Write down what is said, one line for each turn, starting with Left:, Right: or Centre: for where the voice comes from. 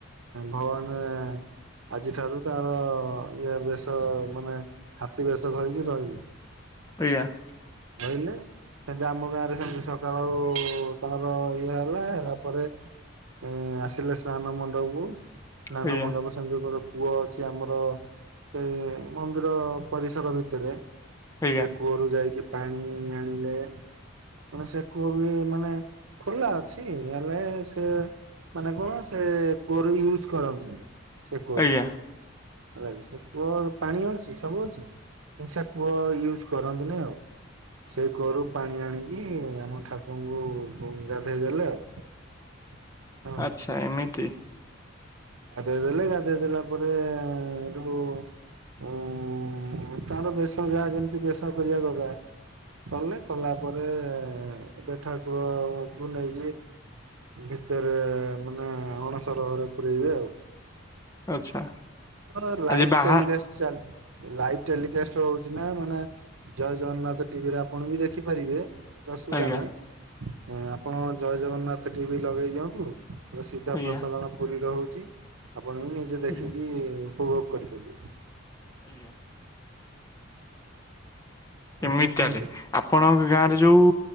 Right: ଭବାନେ ଆଜି ଠାରୁ ତାର ଇଏ ବେଶ ମାନେ ହାତୀ ବେଶ ଧରିକି ରହିନି।
Left: <unintelligible>
Right: କହିଲେ ସେମତି ଆମ ଗାଁ ରେ ସେମତି ସକାଳୁ ତମର ଖିଆ ହେଲା ହେଲା ପରେ ଏ ଆସିଲେ ସ୍ନାନ ମଣ୍ଡପକୁ ସ୍ନାନ
Left: ଆଜ୍ଞା
Right: ମଣ୍ଡପ ସେମତି ଗୋଟେ କୂଅ ଅଛି ଆମର ସେଇ ମନ୍ଦିର ପରିସର ଭିତରେ।
Left: ଆଜ୍ଞା ଆଜ୍ଞା
Right: ସେ କୂଅରୁ ଯାଇକି ପାଣି ଆଣିଲେ ମାନେ ସେ କୂଅ ବି ମାନେ ଖୋଲା ଅଛି ହେଲେ ସେ ମାନେ କଣ ସେ କୂଅର ୟୁଜ କରନ୍ତିନି ସେ କୂଅରେ।
Left: ଆଜ୍ଞା
Right: ହେଲାକି ସେ କୂଅର ପାଣି ଅଛି ସବୁ ଅଛି। କିନ୍ତୁ ସେ କୂଅ ୟୁଜ କରନ୍ତିନି ଆଉ। ସେଇ କୂଅରୁ ପାଣି ଆଣିକି ଆମ ଠାକୁରଙ୍କୁ ଗାଧେଇଦେଲେ ଆଉ। ହଁ
Left: ଆଚ୍ଛା ଏମିତି।
Right: ଗାଧୋଇ ଦେଲେ ଗାଧୋଇ ଦେଲା ପରେ, ଏଠୁ ଉଁ ତାର ବେଶ ଯାହା ଯେମିତି ବେଶ କରିବା କଥା କଲେ, କଲା ପରେ ଏବେ ଠାକୁରଙ୍କୁ ନେଇକି ଭିତେରେ ମାନେ ଅଣସର ଘରେ ପୂୁରଇବେ ଆଉ।
Left: ଆଚ୍ଛା।
Right: ହ ଲାଇଭ
Left: ଆଜି ବାହା
Right: ଟେଲିକାଷ୍ଟ ଚାଲ ଲାଇଭ ଟେଲିକାଷ୍ଟ ହଉଛି ନା ମାନେ ଜୟ ଜଗନ୍ନାଥ ଟିଭିରେ ଆପଣ ବି ଦେଖିପାରିବେ। କିଛି ଅସୁବିଧା
Left: ଆଜ୍ଞା
Right: ନାହିଁ, ଆପଣ ଜୟ ଜଗନ୍ନାଥ ଟିଭି ଲଗେଇ ଦିଅନ୍ତୁ ପୁରା ସିଧା
Left: ଆଜ୍ଞା
Right: ପ୍ରସାରଣ ପୁରୀର ହଉଛି, ଆପଣ ବି ନିଜେ ଦେଖିକି
Left: ଆଜ୍ଞା
Right: ଉପଭୋଗ କରିପାରିବେ।
Left: ଆଜ୍ଞା।
Right: ଆଉ
Left: ଏମିତି
Right: କଣ କୁହନ୍ତୁ?
Left: ତାହେଲେ ଆପଣଙ୍କ ଗାଁରେ ଯୋଉ